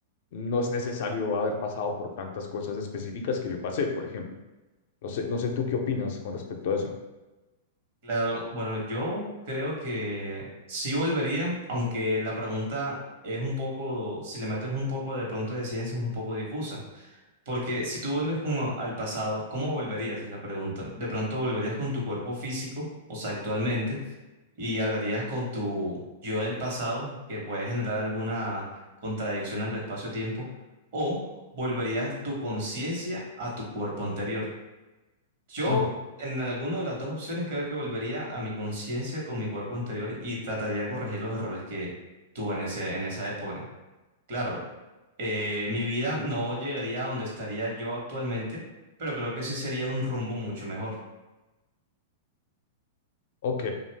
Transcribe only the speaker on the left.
no es necesario haber pasado por tantas cosas específicas que yo pasé, por ejemplo. No sé, no sé tú qué opinas con respecto a eso.
Mm,
ok,